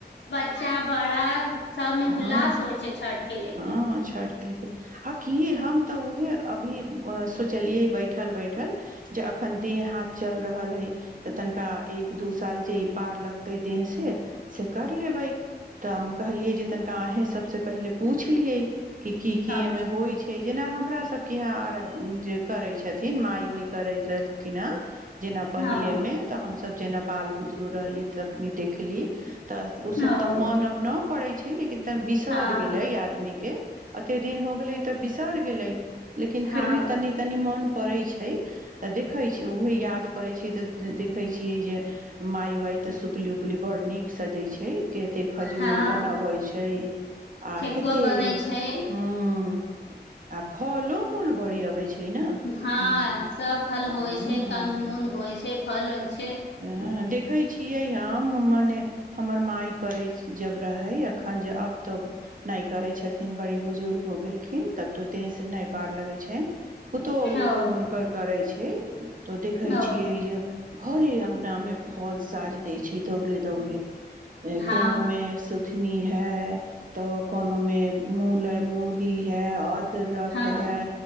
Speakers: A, on the left; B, on the right.
A: चा बड़ा सबमे हुल्लास
B: हँ
A: होइ छै छठ के ले
B: हँ
A: के
B: छठ के लेके आ कि हम त उहे अभी सोचलिये बैठल बैठल जे अखन देह हाथ चल रहल हई त तनिका एक दू साल जे ई पार लगतै देह से से कर लेबै त हम कहलिये जे तनिका अहें सभसँ पहिले पूछ लियै कि की की
A: हँ
B: एहिमे होइ छै जेना हमरा सबके यहाँ आर जे करै छथिन माय ओय करै रहलखिन हैं जेना पहिले
A: हँ
B: मे त हमसब जेना बाल बुदरु रहली तखनी देखली त ओसभ
A: हँ
B: त मोन अब न ड़ै छै लेकिन त बिसर
A: हँ
B: गेलै आदमीके अतेक दिन हो गेलै त बिसरि गेलै लेकिन
A: हँ
B: फिर भी तनी तनी मोन पड़ै छ त देखै छै उहे याद पड़ै छै त देखे छियै जे मााय वाइ त सुपली उपली बड़ नीक सजे छै केते खजूर
A: हँ
B: बनबै छै आ
A: ठेकुआ
B: केते
A: बनै छै
B: हूँ आ फलो मूल बड़ी अबै छै ने
A: हँ
B: जे
A: सब फल होइ
B: हूँ
A: छै कन्द मुद होइ छै फल होइ छ
B: हँ देखै छियै हम मने हमर माई करै जब रहै एखन जे अब त नाय करै छथिन बड़ी बुजुर्ग हो गेलखिन तब त से नह पार लगै छै पुतहु हुतो
A: ओ
B: हुनकर करै छै त देखै
A: ओ
B: छियै ज भरे अंगना मे फल साज दै छै दौड़े दौड़
A: हँ
B: कोनो में नी नी है तो कोनो मे मूले मूली है दरक
A: हँ
B: है